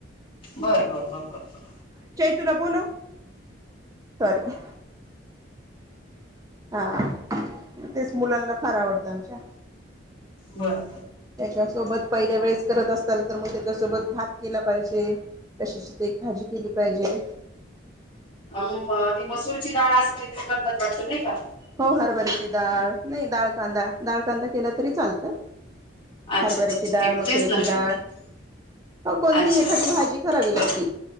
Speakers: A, on the left (about 25°); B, on the right (about 20°).
A: बर बर बर बर बर
B: तूो नव ना सॉरी हा तेच मुलांना फार आवडतं आमच्या
A: बर
B: त्याच्यासोबत पहिल्या वेळेस करत असाल तर मग त्याच्यासोबत भात केला पाहिजे तशीच ते एक भाजी केली पाहिजे
A: अ ती मसूरचीडाळ असं काहीतरी करतात वाटत नाही का
B: हो हरभरीची डाळ नाही डाळ कांदा डाळ कांदा केला तरी चालतंय
A: अच्छा
B: हरभऱ्याची
A: अच्छा अच्छा ते
B: डाळ मसुऱ्याची
A: तेच ना
B: डाळ कोणती
A: अच्छा
B: एखादी भाजी करावी
A: बर
B: लागते